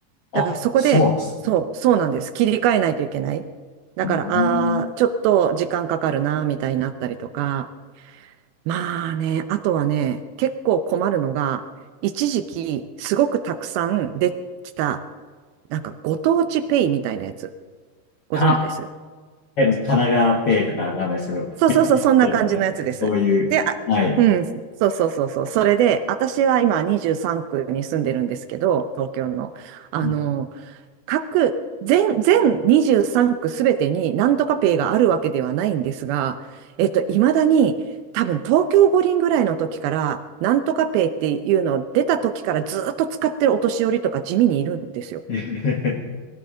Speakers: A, on the left; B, on the right.
A: あ、
B: だからそこで、
A: そうなんですね。
B: そう、そうなんです。切り替えないといけない。だから、
A: うん。
B: ああ、ちょっと時間かかるな、みたいになったりとか。まあね、あとはね、結構困るのが、一時期、すごくたくさんできた、なんかご当地ペイみたいなやつ、ご存知です
A: あ、あ神奈川ペイとかわかんないですけど、
B: そうそうそう、
A: 逆にペイみたいな、
B: そんな感じのやつです。
A: そういう、
B: で、あ、
A: はい。
B: うん、そうそうそうそう。それで、私は今23区に住んでるんですけど、東京の。あの、
A: うん
B: 各、全、全23区すべてになんとかペイがあるわけではないんですが、えっと、いまだに多分東京五輪ぐらいの時から、なんとかペイっていうのを出た時からずっと使ってるお年寄りとか地味にいるんですよ。
A: <laughs>